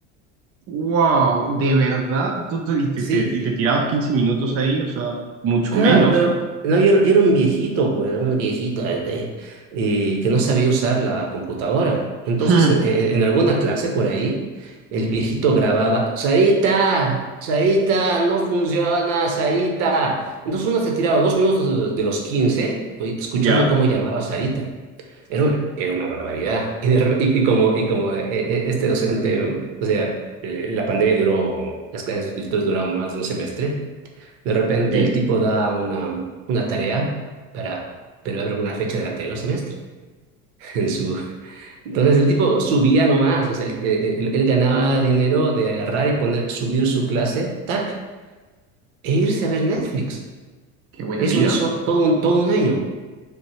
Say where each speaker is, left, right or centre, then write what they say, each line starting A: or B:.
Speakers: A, on the right; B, on the right.
A: Wow, ¿de verdad? ¿Tú te, y te,
B: Sí,
A: te- y te tirabas 15 minutos ahí? O sea, mucho
B: Claro,
A: menos,
B: pero
A: ¿ah?
B: no, yo, era yo era un viejito, pues, un viejito eh, eh, que no sabía usar la computadora. Entonces,
A: <laughs>
B: e- e- en, alguna clase por ahí, el viejito grababa, Sarita, Sarita, no funciona, Sarita. Entonces uno se tiraba dos minutos de, de los 15 oy- escuchando
A: ¿Ya?
B: cómo llamaba a Sarita. Era una, era una barbaridad. Y, de rep- y- y como, y como eh, eh, este docente, o sea, eh, la pandemia duró, las clases virtuales duraron más de un semestre. De repente
A: Sí,
B: el tipo da una, una tarea para, pero habrá una fecha del anterior semestre. <laughs> En su, entonces el tipo subía nomás, o sea, él, eh, él- él ganaba dinero de agarrar y poner, subir su clase, tac, e irse a ver Netflix.
A: qué buena
B: Eso
A: vida.
B: hizo todo un, todo un año.